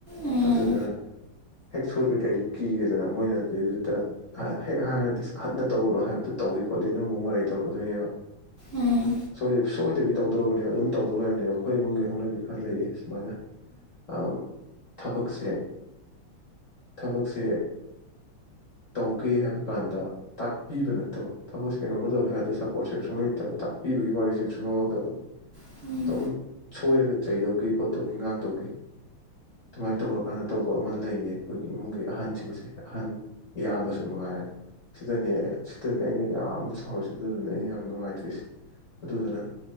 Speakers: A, on the right; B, on the left.
A: ꯎꯝ
B: ꯑꯗꯨꯗꯨꯅ ꯍꯦꯛ ꯁꯣꯏꯈꯗꯤ ꯑꯩꯁꯨ ꯀꯤꯔꯦꯗꯅ ꯃꯣꯏꯅ ꯑꯗꯨꯩꯗꯨꯗ ꯍꯦꯛ ꯍꯥꯏꯔꯗꯤꯍꯟꯅ ꯇꯧꯒꯅꯨ ꯍꯥꯏꯕꯗꯨꯣ ꯇꯧꯋꯤ ꯈꯣꯠꯂꯤ ꯑꯗꯨ ꯑꯃꯨꯛ ꯃꯔꯩ ꯇꯧꯔꯛꯀꯗꯣꯏꯅꯦꯕ
A: ꯎꯝ
B: ꯁꯣꯏ ꯁꯣꯏꯗꯕꯤ ꯇꯧꯗꯣꯕꯅꯦꯕ ꯑꯗꯨꯝ ꯇꯧꯗꯣ ꯂꯩꯕꯅꯦꯕ ꯑꯩꯈꯣꯏ ꯏꯃꯨꯡꯒꯤ ꯍꯧꯅꯕꯤ ꯈꯔ ꯂꯩꯌꯦ ꯑꯥꯗꯨꯃꯥꯏꯟ ꯌꯥꯝ ꯊꯕꯛꯁꯦ ꯊꯕꯛꯁꯦ ꯇꯧꯒꯦ ꯍꯥꯏꯕ ꯀꯥꯟꯗ ꯇꯥꯛꯄꯤꯕ ꯅꯠꯇꯕ ꯊꯕꯛꯁꯦ ꯀꯩꯅꯣꯝ ꯇꯧꯒꯦ ꯍꯥꯏꯕ ꯑ ꯁꯞꯄꯣꯔꯠꯁꯦ ꯁꯨꯡ ꯂꯩꯇꯕ ꯇꯥꯛꯄꯤꯕꯒꯤ ꯋꯥꯔꯤꯁ ꯋꯥꯔꯤꯁꯤꯃ ꯁꯨꯪꯌꯥꯑꯣ ꯌꯥꯏꯗꯕ
A: ꯎꯝ
B: ꯑꯗꯨꯝ ꯁꯣꯏꯔꯒ ꯆꯩꯗꯧꯒꯤ ꯈꯣꯠꯇꯧꯒꯤ ꯉꯥꯡꯗꯧꯒꯤ ꯑꯗꯨꯃꯥꯏꯅ ꯇꯧꯒꯔ ꯀꯥꯟꯗ ꯇꯧꯕ ꯑꯃ ꯑꯃ ꯂꯩꯌꯦ ꯑꯩꯈꯣꯏꯒꯤ ꯏꯃꯨꯡꯒꯤ ꯑꯍꯟꯁꯤꯡꯁꯦ ꯑꯍꯟ ꯌꯥꯝꯌꯥꯝꯕꯁꯨ ꯃꯉꯥꯏꯔꯦ ꯁꯤꯗꯅꯦ ꯁꯤꯗꯅꯦ ꯑꯩꯅ ꯌꯥꯝꯅ ꯁꯥꯎꯔꯤꯁꯦ ꯑꯗꯨꯗꯨꯅ ꯑꯩꯅ ꯌꯥꯝ ꯅꯨꯡꯉꯥꯏꯇ꯭ꯔꯤꯁꯦ ꯑꯗꯨꯗꯨꯅ